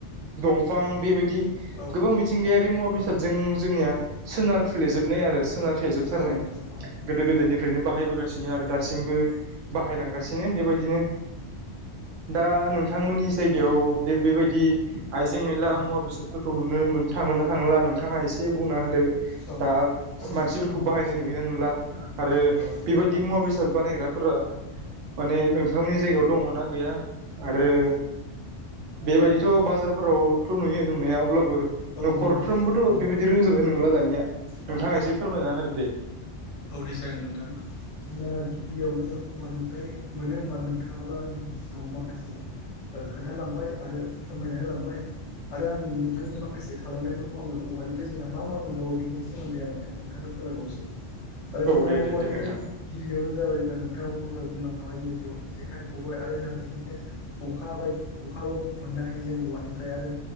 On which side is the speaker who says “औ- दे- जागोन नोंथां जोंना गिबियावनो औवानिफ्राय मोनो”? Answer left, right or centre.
Left